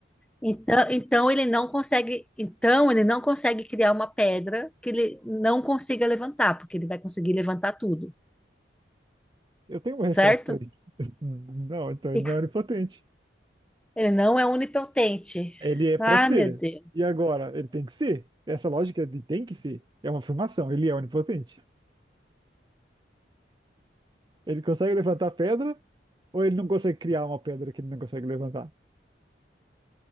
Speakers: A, in the centre; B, on the right (about 25°).
A: então, então ele não consegue, então ele não consegue criar uma pedra que ele não consiga levantar, porque ele vai conseguir levantar tudo,
B: Eu tenho uma
A: certo?
B: resposta para isso. <laughs> Não, então
A: E
B: ele não é onipotente.
A: ele não é onipotente.
B: Ele é para
A: Ah,
B: ser.
A: meu Deus.
B: E agora, ele tem que ser? Essa lógica de tem que ser é uma afirmação. Ele é onipotente. Ele consegue levantar a pedra, ou ele não consegue criar uma pedra que ele não consegue levantar?